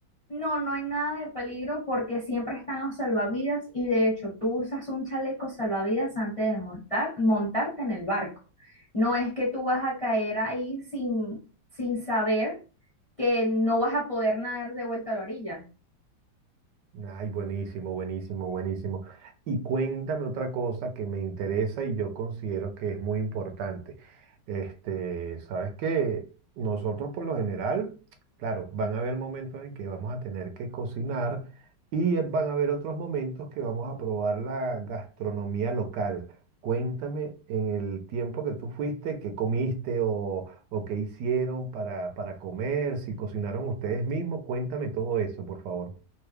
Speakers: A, on the left; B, on the right.
A: No, no hay nada de peligro porque siempre están los salvavidas y de hecho tú usas un chaleco salvavidas antes de montar- montarte en el barco. No es que tú vas a caer ahí sin, sin saber que no vas a poder nadar de vuelta a la orilla.
B: Ay, buenísimo, buenísimo, buenísimo. Y cuéntame otra cosa que me interesa y yo considero que es muy importante. Este, sabes que nosotros por lo general, claro, van a haber momentos en que vamos a tener que cocinar y van a haber otros momentos que vamos a probar la gastronomía local. Cuéntame en el tiempo que tú fuiste, qué comiste o, o qué hicieron para, para comer, si cocinaron ustedes mismos, cuéntame todo eso, por favor.